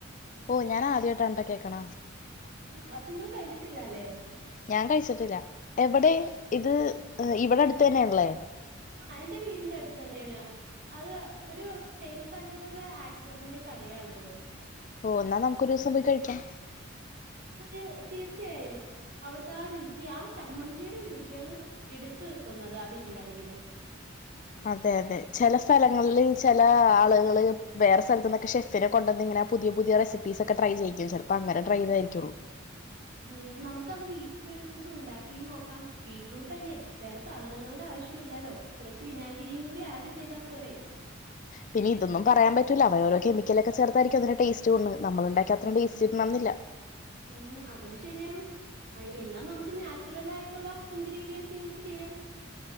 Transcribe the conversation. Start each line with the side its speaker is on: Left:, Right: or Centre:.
Left: ഓ ഞാൻ ആദ്യമായിട്ട് രണ്ട കേക്കണ
Right: ഉ നിങ്ങ കഴിച്ചിട്ടില്ല അല്ലേ
Left: ഞാൻ കഴിച്ചിട്ടില്ല എവിടെ ഇത് ഇവിടെ അടുത്ത് തന്നെയല്ലേ
Right: ആഹ എറെ വീടിന്റെ അടുത്ത് തന്നെയാണ് അത് ഒരു ഫേമസ് ആയിട്ടുള്ള ഒരു ആക്ടറിന്റെ കടയാാണ്ത്
Left: ഓ എന്നാൽ നമുക്ക്ൊരു ദിവസം പോയി കഴിക്കാം
Right: അതെയ തീർച്ചയായും അവിടുത്തെ ആ രുചി ആ ചമ്മന്തിയുടെ രുചിയാണ് എടുത്ത നിക്കുന്നത് ആ ബിരിയാണിയില് <inaudible>
Left: അതെ അതെ ചില സ്ഥലങ്ങളില്ിൽ ചില ആളുകള് വേറെ സ്ഥലത്ത നിന്നൊക്കെ ഷെഫിനെ കൊണ്ടന്ന ഇങ്ങനെ ാ പുതിയ പുതിയ റെസിപ്പീ ഒക്കെ ടൈ ചെയ്യും ചപ്പോ അങ്ങനെടൈ ചെയ്തായിരിക്കുള്ളൂ
Right: ഉം നമുക്കത് വീട്ടില ഒരു ദിവസം ഉണ്ടാക്കി നോക്കാം ബീടറൂട്ട് അല്ലേ വേറെ സാധനങ്ങളുടെ ആവശ്യമില്ലല്ലോ കുറച്ച് വിനാഗിരിയും കൂടി ആഡ് ചെയ്താ പോരെേ
Left: പിന്നെ ഇൊന്നും പറയാൻ പറ്റില്ല അവ ഓോെിക്കലൊക്കെ ചേർത്തായിരിക്കും അതിന്റെ ടേറ്റ്ണ് നമ്മളണ്ടാക്കി അത്ര ടേസ്റ്റ്ിില്ല ഇല്ല
Right: ഉം അതും ശരിയാണ് എന്നാ നമുക്ക് നാച്ചുറൽ ആയിട്ടുള്ള ഇൻഗ്രീഡിയൻറ്സ് യൂസ് ചെയ്യാം